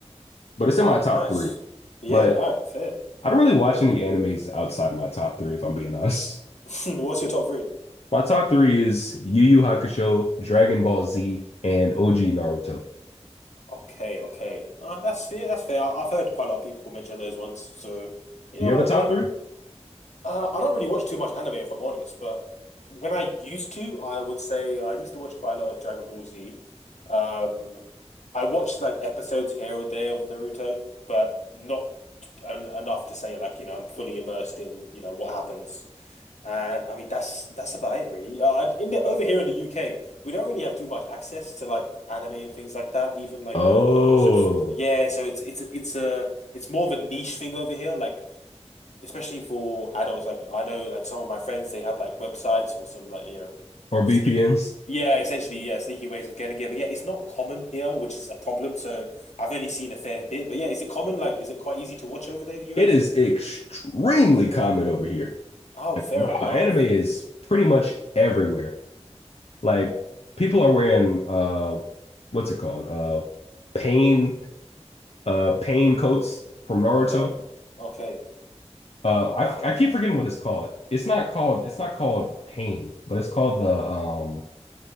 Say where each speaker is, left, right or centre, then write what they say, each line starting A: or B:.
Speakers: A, on the left; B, on the left.
A: but it's
B: All
A: in my
B: right,
A: top
B: nice.
A: three.
B: Yeah,
A: But
B: all right, fair.
A: I don't really watch any animes outside of my top three, if I'm being honest.
B: <laughs> What's your top three?
A: My top three is Yu Yu Hakusho, Dragon Ball Z, and OG Naruto.
B: Okay, okay. Uh, that's fair. That's fair. I, I've heard quite a lot of people mention those ones. So, you
A: Do
B: know
A: you have
B: what?
A: a top
B: Yeah.
A: three?
B: Uh, I don't really watch too much anime, if I'm honest. But when I used to, I would say I used to watch quite a lot of Dragon Ball Z. Um, I watched like episodes here or there of Naruto, but not enough to say like you know I'm fully immersed in you know what happens. And I mean that's that's about it really. Uh, in the over here in the UK, we don't really have too much access to like anime and things like that. Even like
A: Oh,
B: a subs- yeah, so it's it's it's a it's more of a niche thing over here. Like especially for adults. Like I know, like some of my friends, they have like websites or some like you know,
A: or VPNs?
B: sneak. Yeah, essentially, yeah, sneaky ways of getting it. But yeah, it's not common here, which is a problem. So I've only seen a fair bit. But yeah, is it common? Like, is it quite easy to watch over there in the US?
A: It is extremely common over here.
B: Oh,
A: Like,
B: fair
A: wow,
B: enough.
A: anime is pretty much everywhere. Like people are wearing uh what's it called? Uh pain uh pain coats from Naruto.
B: Okay, okay.
A: Uh,
B: Oh
A: I
B: wow.
A: I keep forgetting what it's called. It's not called it's not called pain, but it's called the um